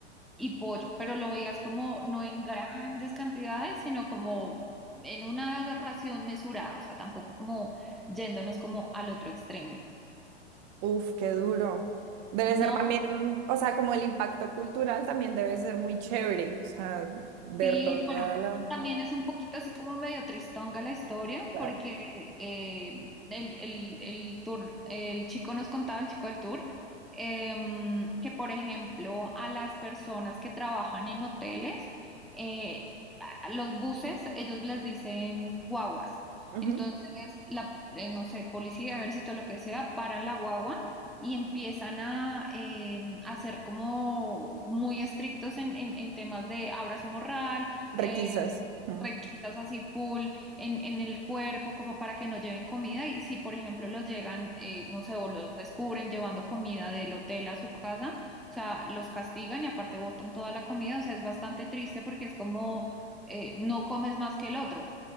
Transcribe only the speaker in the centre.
y pollo, pero lo veías como no en grandes cantidades, sino como en una ración mesurada, o sea, tampoco como yéndonos como al otro extremo.
No,
Sí,
pero
también es un poquito así como medio tristonga la historia,
porque eh, el, el, el tour, el chico nos contaba, el chico del tour, em, que por ejemplo a las personas que trabajan en hoteles, eh, a- a los buses, ellos les dicen guaguas.
Entonces, la, eh, no sé, policía, ejército, lo que sea, paran la guagua y empiezan a, eh, a ser como muy estrictos en, en- en temas de abrazo moral, eh,
requisas así full en, en el cuerpo como para que no lleven comida y si por ejemplo los llegan, eh, no sé, o los descubren llevando comida del hotel a su casa, o sea, los castigan y aparte botan toda la comida, o sea, es bastante triste porque es como eh, no comes más que el otro,